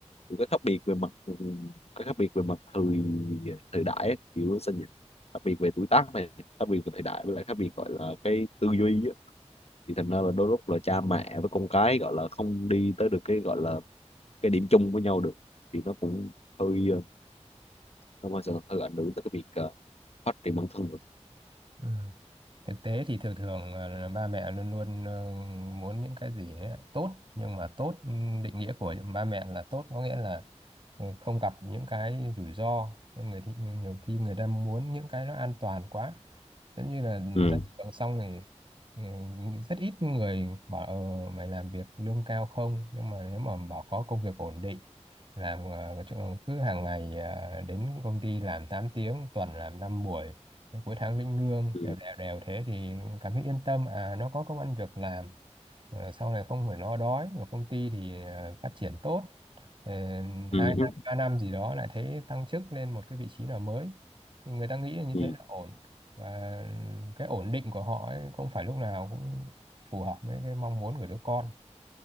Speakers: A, on the left; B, on the right.
A: Kiểu cái khác biệt về mặt ừ, cái khác biệt về mặt thời thời đại ấy, kiểu sao nhỉ khác biệt về tuổi tác này khác biệt về thời đại với lại khác biệt gọi là cái tư duy á. thì thành ra là đôi lúc là cha mẹ với con cái gọi là không đi tới được cái gọi là cái điểm chung với nhau được thì nó cũng hơi ờ, nó mà sẽ hơi ảnh hưởng tới cái việc ờ, phát triển bản thân
B: ừ. thực tế thì thường thường là ba mẹ luôn luôn ờ, muốn những cái gì ấy, tốt nhưng mà tốt ừ, định nghĩa của ba mẹ là tốt có nghĩa là ờ, không gặp những cái rủi ro nên người thì nhiều khi người ta muốn những cái nó an toàn quá giống như là
A: ừ.
B: ra trường xong thì thì rất ít người bảo ờ, mày làm việc lương cao không nhưng mà nếu mà bảo có công việc ổn định làm ờ, chỗ- cứ hàng ngày ờ, đến công ty làm tám tiếng tuần làm năm buổi cái cuối tháng lĩnh lương
A: Ừ.
B: đều đều đều thế thì cảm thấy yên tâm à nó có công ăn việc làm Ờ, sau này không phải lo đói và công ty thì ờ, phát triển tốt Ờ, hai
A: Ừ. Ừ.
B: năm ba năm gì đó lại thấy tăng chức lên một cái vị trí nào mới thì người ta nghĩ là như thế
A: Ừ.
B: là ổn và cái ổn định của họ ấy, không phải lúc nào cũng phù hợp với cái mong muốn của đứa con